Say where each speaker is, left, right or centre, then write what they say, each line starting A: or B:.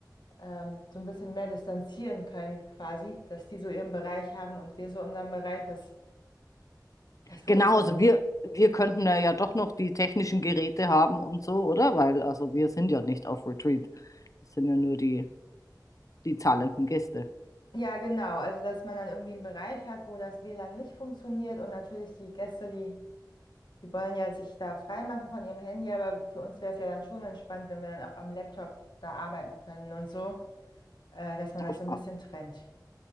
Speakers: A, on the left (about 80°); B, on the left (about 50°).
A: ähm, so ein bisschen mehr distanzieren können, quasi, dass die so ihren Bereich haben und wir so unseren Bereich, dass, dass wir
B: Genau,
A: uns dann,
B: also wir, wir könnten ja, ja doch noch die technischen Geräte haben und so, oder? Weil also wir sind ja nicht auf Retreat. Das sind ja nur die, die zahlenden Gäste.
A: ja, genau, also dass man dann irgendwie einen Bereich hat, wo das WLAN nicht funktioniert und natürlich die Gäste, die, die wollen ja sich da freimachen von ihrem Handy, aber für uns wäre es ja dann schon entspannt, wenn wir dann auch am Laptop da arbeiten können und so, äh, dass man
B: Auf,
A: das so ein bisschen trennt.